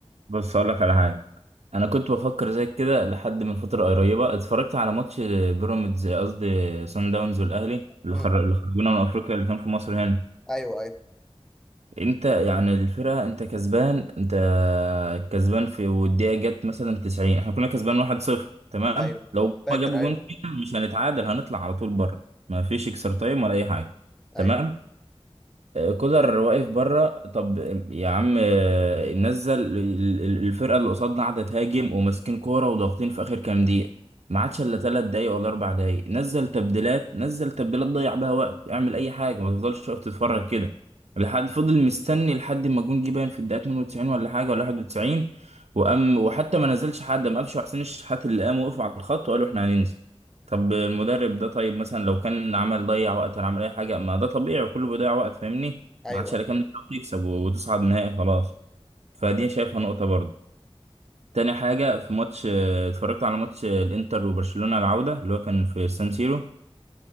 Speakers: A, on the right; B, in the centre.
A: بس أقول لك على حاجة انا كنت بفكر زي كده لحد من فتره قريبه اتفرجت على ماتش بيراميدز قصدي سان داونز والاهلي اللي
B: امم
A: خر... اللي خرجونا من افريقيا اللي كان في مصر هنا
B: أيوه أيوه
A: انت يعني الفرقه انت كسبان انت كسبان في والدقيقه جت مثلا 90 احنا كنا كسبان 1-0 تمام
B: أيوه
A: لو هما
B: فاكر
A: جابوا جون
B: أيوه
A: فينا مش هنتعادل هنطلع على طول بره ما فيش اكسترا تايم ولا اي حاجه تمام
B: أيوه
A: آه، كولر واقف بره طب يا عم آه، نزل ال- ال- الفرقه اللي قصادنا قاعده تهاجم وماسكين كوره وضاغطين في اخر كام دقيقه ما عادش الا ثلاث دقايق ولا اربع دقايق نزل تبديلات نزل تبديلات ضيع بها وقت اعمل اي حاجه ما تفضلش واقف تتفرج كده لحد فضل مستني لحد ما جون جه باين في الدقيقه 92 ولا حاجه ولا 91 وقام وحتى ما نزلش حد قام قفشه حسين الشحات اللي قام وقفوا على الخط وقالوا احنا هننزل طب المدرب ده طيب مثلا لو كان عمل ضيع وقت ولا عمل اي حاجه ما ده طبيعي وكله بيضيع وقت فاهمني
B: أيوه
A: ما عادش الا
B: أيوه
A: كام دقيقه تكسب وتصعد نهائي خلاص فدي شايفها نقطه برضه تاني حاجه في ماتش آه، اتفرجت على ماتش آه، الانتر وبرشلونه العوده اللي هو كان في سان سيرو